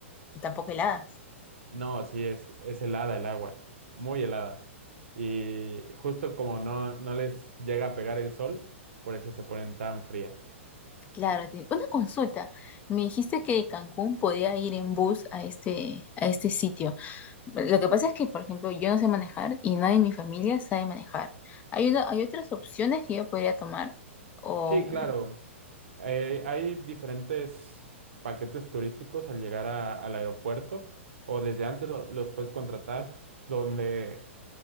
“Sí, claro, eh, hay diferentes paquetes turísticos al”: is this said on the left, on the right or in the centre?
Right